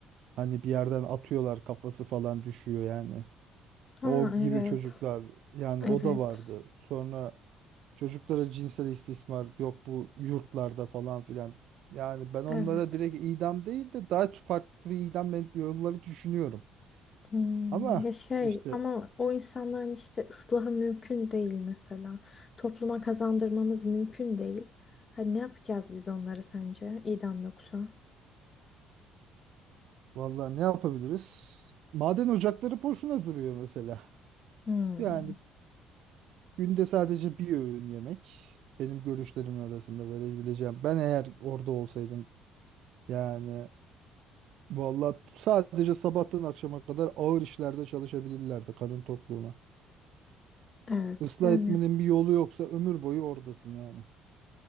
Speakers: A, on the right; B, on the left.
A: hani bir yerden atıyorlar kafası falan düşüyor yani.
B: Ha
A: O
B: evet.
A: gibi çocuklar yani
B: Evet.
A: o da vardı. Sonra çocuklara cinsel istismar yok bu yurtlarda falan filan. Yani ben onlara
B: Evet.
A: direkt idam değil de daha farklı bir idam ben- yolları düşünüyorum.
B: Hmm,
A: Ama
B: ya şey
A: işte
B: ama o insanların işte ıslahı mümkün değil mesela. Topluma kazandırmamız mümkün değil. Hani ne yapacağız biz onları sence? İdam yoksa?
A: Vallahi ne yapabiliriz? Maden ocakları boşuna duruyor mesela.
B: Hmm,
A: Yani günde sadece bir öğün yemek benim görüşlerim arasında verebileceğim. Ben eğer orada olsaydım yani vallahi sadece sabahtan akşama kadar ağır işlerde çalışabilirlerdi karın tokluğuna.
B: evet
A: Islah
B: yani
A: etmenin bir yolu yoksa ömür boyu oradasın yani.